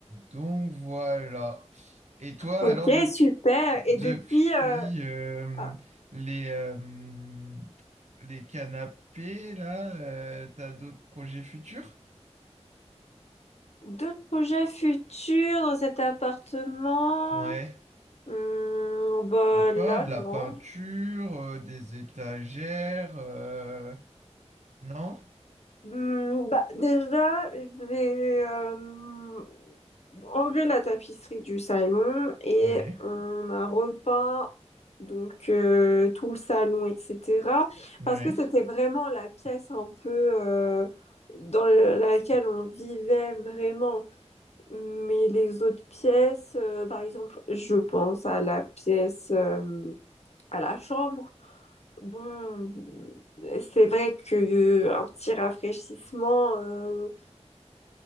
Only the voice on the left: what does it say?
Ok,
super. Et
depuis, euh,
ah,
d'autres projets futurs dans cet appartement?
Hmm, bah
là,
non.
Hmm, bah, déjà, je vais euh, enlever la tapisserie du salon et
on a repeint donc euh, tout le salon, etc.
Parce que c'était vraiment la pièce un peu euh, dans le- laquelle on vivait vraiment. Mais les autres pièces, euh, par exemple, je pense à la pièce euh, à la chambre. Bon, c'est vrai que euh, un petit rafraîchissement euh,